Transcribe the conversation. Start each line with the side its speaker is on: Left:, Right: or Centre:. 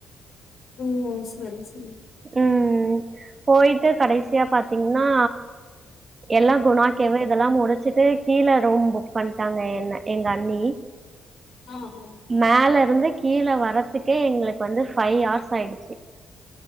Left: உம் சரி ச
Right: உம் போயிட்டு கடைசியா பாத்தீங்கன்னா எல்லா குனாக்கேவு இதெல்லா முடிச்சிட்டு கீல ரூம் புக் பண்ட்டாங்க என்ன எங்க அண்ணி
Left: ஆ ஆ
Right: மேல இருந்து கீல வரறதுக்கே எங்களுக்கு வந்து ஃபைவ் ஹார்ஸ் ஆயிடுச்சு